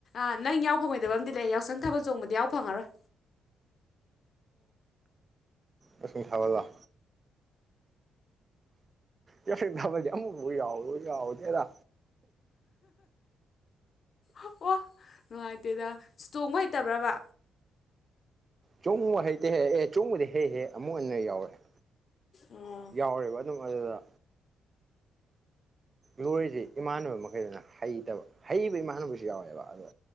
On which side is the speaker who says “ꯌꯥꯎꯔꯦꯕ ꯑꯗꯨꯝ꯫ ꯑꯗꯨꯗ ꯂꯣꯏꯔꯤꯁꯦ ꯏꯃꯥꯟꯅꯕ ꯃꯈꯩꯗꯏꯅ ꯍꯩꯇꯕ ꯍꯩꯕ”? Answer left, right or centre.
Right